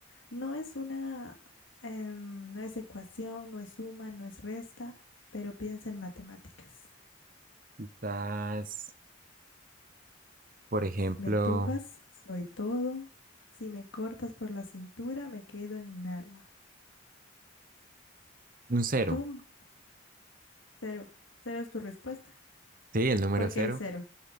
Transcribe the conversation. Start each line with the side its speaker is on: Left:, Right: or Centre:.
Left: no es una, em, no es ecuación, no es suma, no es resta, pero piensa en matemáticas.
Right: Quizás, por ejemplo,
Left: Si me tumbas, soy todo. Si me cortas por la cintura, me quedo en nada.
Right: un cero.
Left: Tum, cero. Cero es tu respuesta.
Right: Sí, el número
Left: ¿Por
Right: cero.
Left: qué el cero?